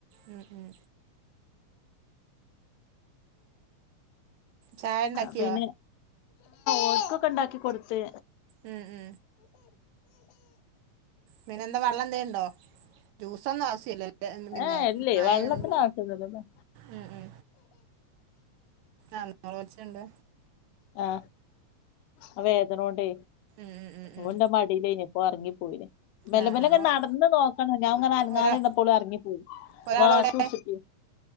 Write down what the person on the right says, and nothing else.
മ് മ് ചായ ഉണ്ടാക്കിയോ
മ് മ് പിന്നെ എന്താ വള്ളം എന്തേണ്ടോ ജ്യൂസന്നും ആവസ്യല്ല പിന്നെ
മഴായതോണ്ട്
മ് മ് ആ നൂറ് കോച്ണ്ട്
ഉം, ഉം, ഉം, ഉം.
ആ
ആ
ഒ-
ഒരാ
ഒരാളവിടെ